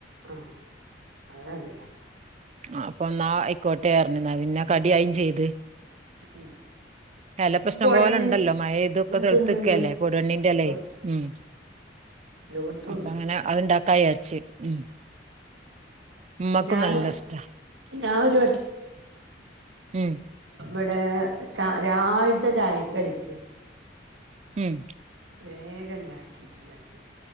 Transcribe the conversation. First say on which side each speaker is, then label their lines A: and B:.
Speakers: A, on the right; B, on the right.
A: ആഹ് അത് ന്നല്ലെത.
B: അപ്പൊ ന്നാ ആയ്ക്കോട്ടെർഞ്ഞു ന്ന പിന്നെ കടിയായിംചെയ്ത്.
A: ഉം
B: എലപ്പോ ഇഷ്ട്ടംപോലെ
A: ഇപ്പൊ ഉടനെ
B: ഇണ്ടല്ലോ
A: ഇണ്ട്
B: മയെയ്യ്ത് തെൾഞ്ഞ്
A: ഇണ്ട്
B: നിക്കല്ലേ
A: ഇണ്ട്
B: പൊടുവണ്ണിന്റെഎലെയ്.
A: എല്ലോ
B: ഉം
A: എല്ലോട്ത്തുണ്ട്
B: അപ്പഅങ്ങനെ അത്ണ്ടാക്കാ വിചാരിച്ച് ഉം ഇമ്മക്കും
A: ഞാന്
B: ന്നല്ലേഇഷ്ട്ട
A: ഞാൻ ഒരു
B: ഉം
A: ഇവടെ ച രാവിൽത്തെ ചായക്കടിക്ക്.
B: ഉം
A: വേഗം ഇണ്ടാക്കിട്ടുണ്ടായിരുന്നു